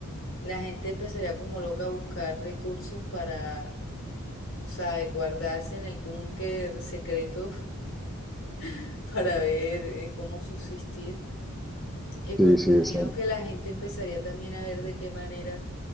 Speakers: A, on the left; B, in the centre.
A: La gente empezaría como loca a buscar recursos para, o sea, de guardarse en el búnker secreto <laughs> para ver eh, cómo subsistir. Y pues
B: Sí,
A: me
B: sí,
A: imagino
B: exacto.
A: que la gente empezaría también a ver de qué manera